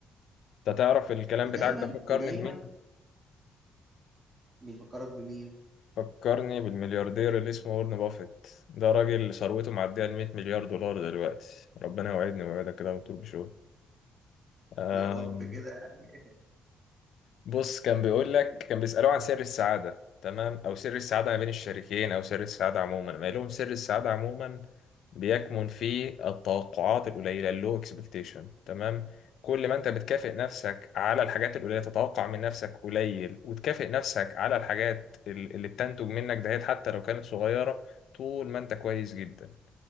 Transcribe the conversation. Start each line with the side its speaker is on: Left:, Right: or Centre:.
Left: انت تعرف الكلام
Right: ودايما
Left: بتاعك ده فكرني
Right: ودايما
Left: بمين؟
Right: بيفكرك بمين
Left: فكرني بالملياردير اللي اسمه وارن بافيت ده راجل ثروته معدية ال 100 مليار دولار دلوقتي ربنا يوعدني ويوعدك كده وتقول بشو آم،
Right: يا رب كده يعني
Left: بص كان بيقول لك
Right: <laughs>
Left: كان بيسألوه عن سر السعادة تمام أو سر السعادة ما بين الشريكين أو سر السعادة عموما ما لهم سر السعادة عموما بيكمن في التوقعات القليلة اللو اكسبكتيشن تمام كل ما أنت بتكافئ نفسك على الحاجات القليلة تتوقع من نفسك قليل وتكافئ نفسك على الحاجات ال- اللي بتنتج منك دهيت حتى لو كانت صغيرة طول ما أنت كويس جدا